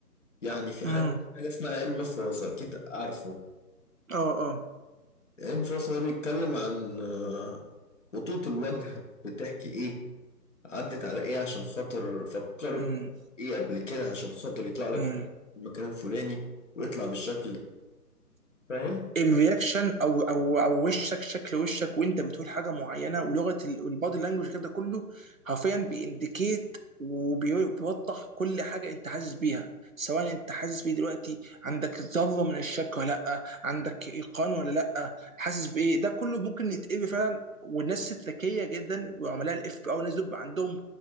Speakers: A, on the left; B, on the right.
A: يعني في
B: امم
A: حاجه حاجه اسمها علم فراسه اكيد عارفه
B: اه اه
A: علم فراسه ده بيتكلم عن آه، خطوط الوجه بتحكي ايه عدت على ايه عشان خاطر فكرت
B: امم
A: ايه قبل كده عشان خاطر يطلع لك
B: امم
A: المكان الفلاني ويطلع بالشكل ده فاهم
B: الرياكشن او او او وشك شكل وشك وانت بتقول حاجه معينه ولغه البادي لانجوج كده كله حرفيا بيindicate وبيوضح كل حاجه انت حاسس بيها سواء انت حاسس بيه دلوقتي عندك ذره من الشك ولا لا عندك ايقان ولا لا حاسس بايه ده كله ممكن يتقري فعلا والناس الذكيه جدا وعملاء الاف بي او الناس دول بيبقى عندهم